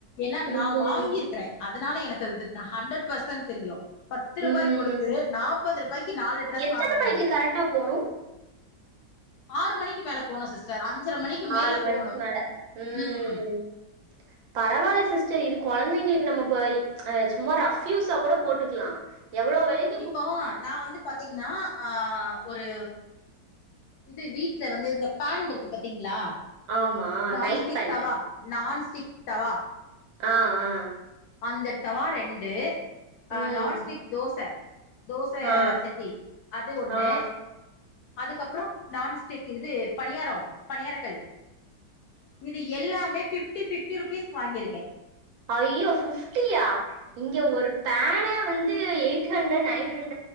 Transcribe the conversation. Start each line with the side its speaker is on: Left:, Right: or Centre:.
Left: ஏன்னா
Right: ம்
Left: நா
Right: ம்
Left: வாங்கிருக்கிறே அதனால எனக்கு அதுக்கு ஹண்ட்ரட் பர்சன்ட் தெரியு பத்து ரூபாய்
Right: ம்
Left: குடுத்து நாற்பது ரூபாய்க்கு நாலு ட்ரஸ்
Right: எத்தன
Left: வாங்குனே
Right: மணிக்கு
Left: நானு
Right: கரெக்டா போணு
Left: ஆறு மணிக்கு மேல போனோ சிஸ்டர் அஞ்சரை மணிக்கு மேல
Right: ஆறு மணிக்கு
Left: போகணு
Right: மேல ம்ம்
Left: ம்
Right: பரவால்ல சிஸ்டர் இது கொழந்தைங்களுக்கு நம்ம சும்மா ரஃப் யூஸா கூட போட்டுக்கலா எவ்ளோ வெலக்
Left: இப்போ நா வந்து பாத்தீங்கன்னா ஆ ஒரு இது வீட்ல வந்து இந்த பான்டு இருக்கு பாத்தீங்ளா
Right: ஆமா
Left: nonstick
Right: night pan
Left: tawa nonstick tawa
Right: ஆ ஆ
Left: அந்த தவா ரெண்டு
Right: ம்
Left: அ நான்ஸ்டிக் தோச தோச
Right: ஆ
Left: சட்டி அது ஒண்ணு
Right: ஆ
Left: அதுக்கப்புற நான்ஸ்டிக் இது பணியாரம் பணியாரக்கல் இது எல்லாமே ஃபிப்டி ஃபிப்டி ருபீஸ் வாங்கிருக்கே
Right: ஐயோ ஃபிப்டியா இங்க ஒரு பானே வந்து எயிட் ஹண்ரட் நைன் ஹண்